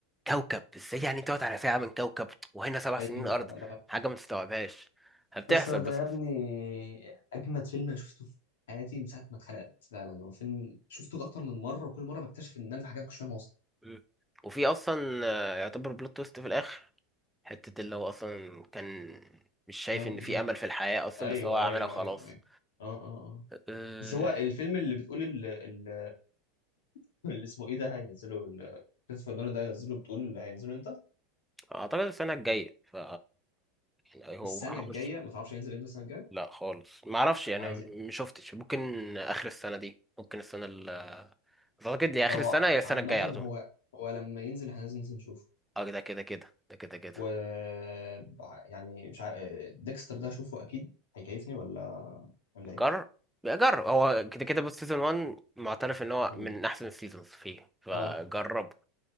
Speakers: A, in the centre; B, on the left.
A: كوكب إزاي يعني تقعد على ساعة من كوكب وهنا سبع سنين
B: ايوه
A: أرض
B: لا
A: حاجة ما تستوعبهاش هبتحصل
B: انترستيلر ده
A: بس
B: يا ابني اجمد فيلم انا شفته في حياتي من ساعه ما اتخلقت فعلا هو فيلم شفته اكتر من مره وكل مره بكتشف ان انا في حاجات مش فاهمها اصلا
A: مم. وفي أصلا آه، يعتبر بلوت تويست في الآخر حتة اللي هو أصلا كان مش شايف
B: اه
A: إن
B: بالظبط
A: في أمل في الحياة أصلا
B: ايوه
A: بس هو عملها
B: ايوه
A: وخلاص
B: ايوه ايوه اه اه اه
A: آه،
B: بس هو الفيلم اللي بتقول ال- ال- <laughs> اللي اسمه ايه ده هينزله ال- كريستوفر نولان ده هينزله بتقول هينزله امتى؟
A: أعتقد السنة الجاية ف يعني هو
B: السنه
A: هخش
B: الجايه ما تعرفش هينزل امتى السنه الجايه؟
A: لا خالص ما اعرفش يعني
B: عايز
A: م- شفتش ممكن اخر السنه دي ممكن السنه ال اعتقد يا اخر
B: هو
A: السنه يا السنه
B: عامة
A: الجايه على طول
B: هو هو لما ينزل احنا لازم ننزل نشوفه
A: اه ده كده كده ده كده كده
B: و بع- يعني مش عارف ديكستر ده اشوفه اكيد هيكيفني ولا ولا ايه
A: جرب جرب هو كده كده بص سيزون 1 معترف ان هو
B: مم.
A: من احسن السيزونز فيه فجربه
B: اه